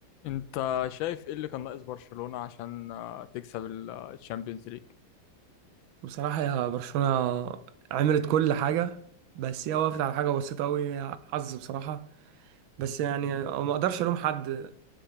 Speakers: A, on the left; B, on the right.
A: انت شايف ايه اللي كان ناقص برشلونة عشان آه، تكسب الشامبيونز ليج
B: بصراحة يا برشلونة عملت كل حاجة بس هي وقفت على حاجة بسيطة أوي حظ بصراحة بس يعني ما أقدرش ألوم حد